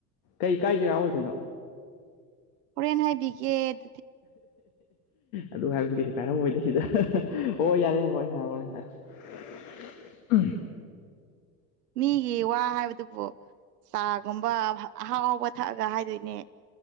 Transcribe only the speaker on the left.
ꯀꯩ ꯀꯥꯏ ꯖꯒꯥ ꯑꯣꯏꯗꯣꯏꯅꯣ
ꯑꯗꯨ ꯍꯥꯏꯕꯗꯤ ꯀꯩꯁꯨ ꯀꯥꯏꯔꯝꯃꯣꯏꯗ ꯁꯤꯗ ꯑꯣ ꯌꯥꯔꯦ ꯍꯣꯔꯦꯟ ꯍꯥꯏꯔꯣ ꯍꯣꯔꯦꯟ ꯍꯥꯏꯔꯣ ꯑ